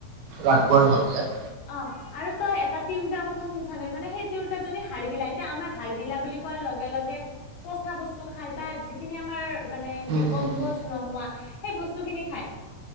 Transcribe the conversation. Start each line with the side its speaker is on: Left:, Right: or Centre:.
Right: ৰাখিব আৰু ভালকে।
Left: অ' আৰু তই এটা তিৰোতাৰ কথা শুনছানে মানে সেই তিৰোতাজনি হাৰ্গিলা, এতিয়া আমাৰ হাৰ্গিলা বুলি কোৱা লগে-লগে পচা বস্তু খায় বা যিখিনি আমাৰ মানে
Right: উম
Left: ডিকম্পজ
Right: উম উম
Left: নহোৱা সেই বস্তু খিনি খায়।